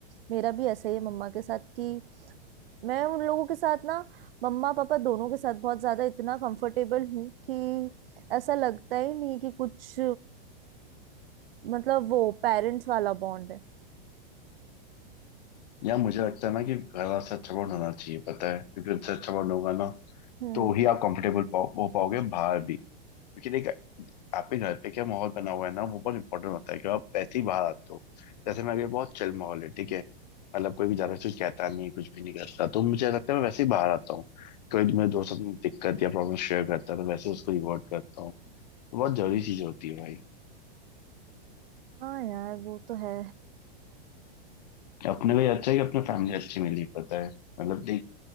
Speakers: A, on the right; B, on the left.
A: मेरा भी ऐसा ही है मम्मा के साथ कि मैं उन लोगों के साथ ना मम्मा पापा दोनों के साथ बहुत ज्यादा इतना कंफर्टेबल हूँ कि ऐसा लगता ही नहीं कि कुछ मतलब वो पेरेंट्स वाला बॉन्ड है
B: या मुझे लगता है ना कि घर वाला से अच्छा बॉन्ड होना चाहिए पता है क्योंकि उनसे अच्छा बॉन्ड होगा ना
A: हम्म
B: तो ही आप कंफर्टेबल पाओ, हो पाओगे बाहर भी क्योंकि देख आपके घर पे क्या माहौल बना हुआ है ना वो बहुत इंपॉर्टेंट होता है कि आप ऐसे ही बाहर आते हो जैसे मेरे बहुत चिल माहौल है ठीक है मतलब कोई भी ज्यादा कुछ कहता नहीं कुछ भी नहीं करता तो मुझे लगता है मैं वैसे ही बाहर आता हूँ कोई मेरे दोस्त अपनी दिक्कत या प्रॉब्लम शेयर करता है तो वैसे उसको रिवॉर्ड करता हूँ बहुत जरूरी चीज होती है भाई
A: हाँ यार वो तो है
B: अपने लिए अच्छा है कि अपने फैमिली अच्छी मिली पता है मतलब देख